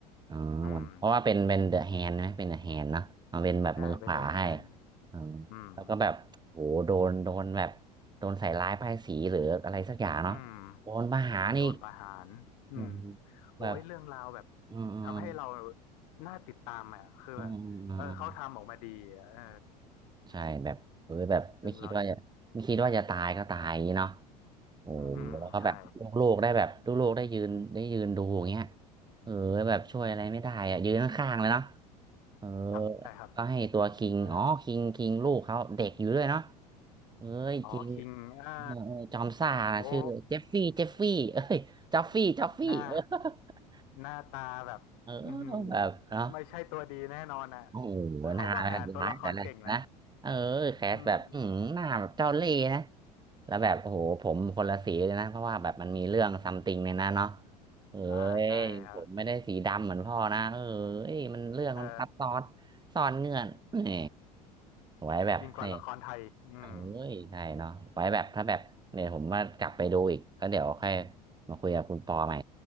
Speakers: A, on the right (about 20°); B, on the left (about 60°).
A: อ๋อเหมือนเพราะว่าเป็นเป็นเดอะแฮนด์ไหมเป็นเดอะแฮนด์เนาะเอาเป็นแบบมือขวาให้
B: อืมใช่เป็นเดอะแฮนด์
A: อ๋อ
B: อืม
A: แล้วก็แบบโหโดนโดนแบบโดนใส่ร้ายป้ายสีหรืออะไรสักอย่างเนาะโดนมาหานี่
B: อืมจนโดนประหารอืม
A: อืม
B: โอ้ยเรื่องราวแบบ
A: แบบอืมอืม
B: ทำให้เราน่าติดตามอ่ะคือแบบเออเขาทำออกมาดีอะเออ
A: อืมอืมอืมใช่แบบเออแบบไม่คิดว่าจะไม่คิดว่าจะตายก็ตายอย่างนี้เนาะ
B: เรื่องราว
A: โอ้โหเขาแบบลูกโลกได้แบบลูกโลกได้ยืนได้ยืนดูอย่างเงี้ย
B: อืมใช่
A: เออแบบช่วยอะไรไม่ได้อะยืนข้างๆเลยเนาะเออ
B: ครับใช่ครับ
A: ก็ให้ตัวคิงอ๋อคิงคิงลูกเขาเด็กอยู่ด้วยเนาะ
B: เออ
A: เอ้ยคิง
B: อ๋อคิงอ่า
A: เออเออจอมซ่านะชื่อเจฟฟี่เจฟฟี่เอ้ยจอฟฟี่จอฟฟี่เออ
B: โอ้หน้า
A: <laughs>
B: หน้าตาแบบอืม
A: เออแบบเนาะ
B: ไม่ใช่ตัวดีแน่นอนอ่ะ
A: โอ้โหหน้าแบบร้ายแต่แรกนะเออแคสแบบอืมหน้าแบบเจ้าเล่ห์นะ
B: เขาก็หาตัวละครเก่งนะอืม
A: แล้วแบบโอ้โหผมคนละสีเลยนะเพราะว่าแบบมันมีเรื่องซัมติงในนั้นเนาะเอ้ยผมไม่ได้สีดำเหมือนพ่อนะ
B: อ่าใช่ครับ
A: เอ้ยมันเรื่องมันซับซ้อน
B: เออ
A: ซ่อนเงื่อนแหมไว้แบบนี่
B: ยิ่งกว่าละครไทยอีกอืม
A: เอ้ยใช่เนาะไว้แบบถ้าแบบเนี่ยผมว่ากลับไปดูอีกแล้วเดี๋ยวค่อยมาคุยกับคุณปอใหม่